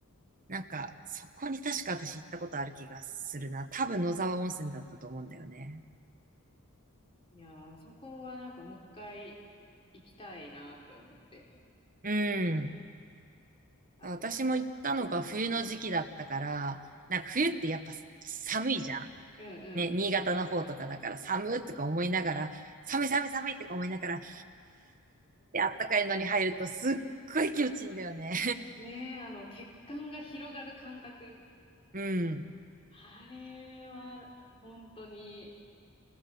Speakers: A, on the right (about 40°); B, on the left (about 25°).
A: なんか、そこに確か私行ったことある気がするな。多分野沢温泉だったと思うんだよね。
B: う。ん。いやー、あそこはなんかもう一回行きたいなって思って。
A: うん。
B: あと、
A: 私も行ったのが冬の時期だったから、
B: うんうんうん。
A: なんか冬ってやっぱさ寒いじゃん。
B: うん
A: ね、新潟の方とかだから寒っとか思いながら、寒い寒い寒いとか思いながら、はーってあったかいのに入るとすっごい気持ちいいんだよね。
B: うん。ねえ、あの、血管が広がる感覚。
A: <laughs> うん。
B: あれは、本当に、